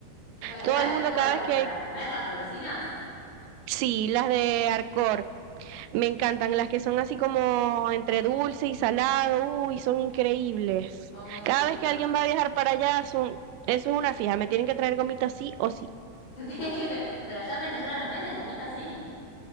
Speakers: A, on the left (about 70°); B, on the right (about 85°).
A: Para,
B: Todo
A: la,
B: el mundo
A: tipo,
B: cada
A: las,
B: vez que,
A: para comer las golosinas
B: sí, las de Arcor. Me encantan las que son así como entre dulce y salado, uy, son increíbles.
A: son muy
B: Cada
A: ricas.
B: vez que alguien va a viajar para allá, son, eso es una fija, me tienen que traer gomitas sí o sí.
A: <laughs> Te tenés que tra- y para allá en Venezuela no venden gomitas, sí.